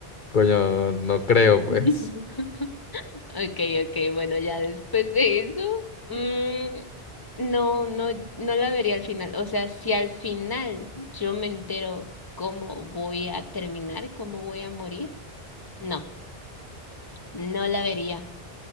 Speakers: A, on the left; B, on the left.
A: Coño, no creo, pues.
B: <laughs> okay ok, bueno, ya después de eso, mm, no, no, no la vería al final. O sea, si al final yo me entero cómo voy a terminar, cómo voy a morir. No, no la vería